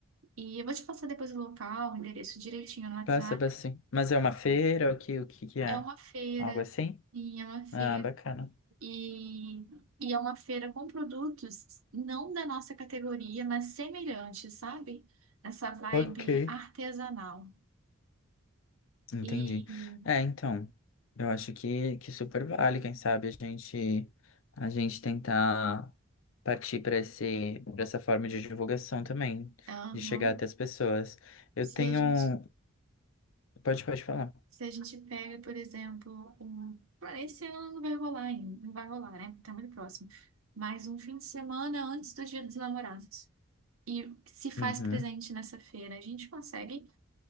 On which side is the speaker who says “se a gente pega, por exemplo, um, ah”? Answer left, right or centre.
Right